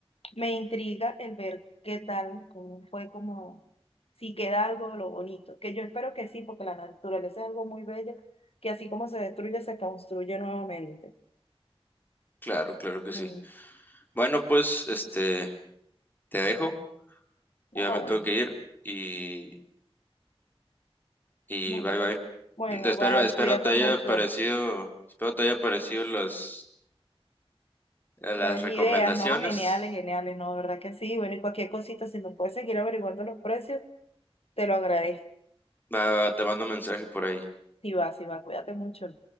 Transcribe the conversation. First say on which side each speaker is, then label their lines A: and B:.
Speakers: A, on the left; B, on the left.
A: me intriga el ver qué tal, cómo fue como, si queda algo de lo bonito, que yo espero que sí, porque la naturaleza es algo muy bello, que así como se destruye, se construye nuevamente.
B: Claro, claro que sí.
A: Mm.
B: Bueno, pues, este, te dejo, ya
A: Ah,
B: me
A: bueno.
B: tengo que ir y, y
A: Bu-
B: bye bye.
A: Bueno,
B: Espero,
A: bye,
B: espero
A: cuídate
B: te haya
A: mucho.
B: parecido, espero te haya parecido las, las
A: Las
B: recomendaciones.
A: ideas, ¿no? Geniales, geniales, ¿no? ¿Verdad que sí? Bueno, y cualquier cosita, si nos puedes seguir averiguando los precios, te lo agradezco.
B: Va, te mando un mensaje por ahí.
A: Si va, si va, cuídate mucho.